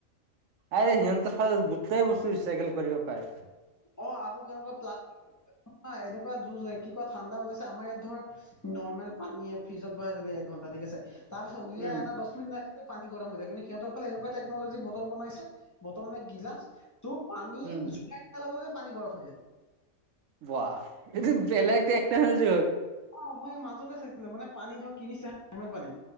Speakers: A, on the right (about 70°); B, on the left (about 15°).
A: আৰে সিহঁতৰ ফালে গোটেই বস্তু ৰিচাইকেল কৰিব পায়
B: অ আকৌ কেনেকুৱা প্লাত <unintelligible> যুঁজ কি কোৱা ঠাণ্ডা ওলাইছে আমাৰ ইয়াত ধৰ নৰ্মেল পানীয়ে ফ্ৰিজত ভৰাই থলে এক ঘন্টা ঠিক আছে তাৰ পিছত উলিয়াই
A: উম
B: অনা দছ মিনিট পানী গৰম হৈ থাকে সিহতৰ ফালে এনেকুৱা টেকনলজি বটল বনাইছে বটল নে গিলাচ তোৰ পানী
A: উম
B: জুলাই দিয়া লগে লগে পানী বৰফ হৈ যায়
A: বাহ এইটো বেলেগ একটা জ
B: অ মই মাজতে চাইছিলো মানে পানীটো কিনিছে নৰ্মেল পানী